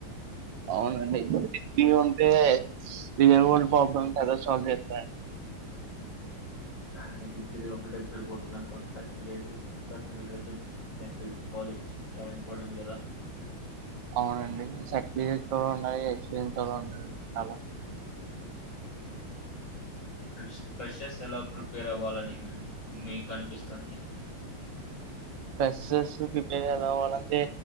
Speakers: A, on the right (about 65°); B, on the left (about 60°).
A: అవునండి డిగ్రీ ఉంటే. యువన్ ప్రాబ్లం తెలుస్తుంది అండీ
B: అదే డిగ్రీ ఒక్కటే సరిపోతు దానికో సర్టిఫికేసి సర్టిఫికేషన్స్ చూసుకోవాలి చాలా ఇంపార్టెంట్ కదా
A: అవునండి సర్టిఫికెట్స్ ఉన్నాయి ఎక్స్పీరియన్స్ కూడా ఉన్నా ది చాలా
B: ఫ్రెష్ ఫ్రెషెరస్ ఎలా ప్రిపేర్ అవ్వాలని మిక్ మీకు అనిపిస్తుంది
A: ఫ్రెషర్స్ ప్రిపేరెలవ్వలంటే